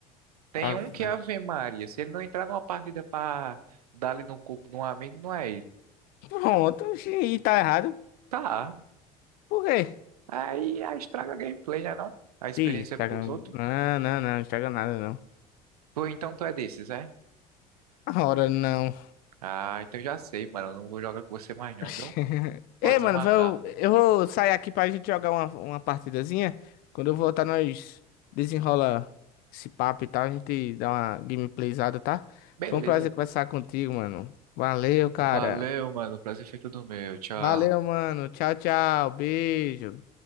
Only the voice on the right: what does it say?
Tem
um que
é Ave Maria. Se ele não entrar numa partida pra dar ali no coco de um amigo, não é ele.
Tá.
Aí, aí estraga a gameplay, né não? A experiência
pros outros.
Tu, então tu é desses, é?
Ah, então já sei, mano. Eu não vou jogar com você mais não,
viu?
Pode
desmarcar.
Beleza.
Valeu, mano. O prazer foi todo meu. Tchau.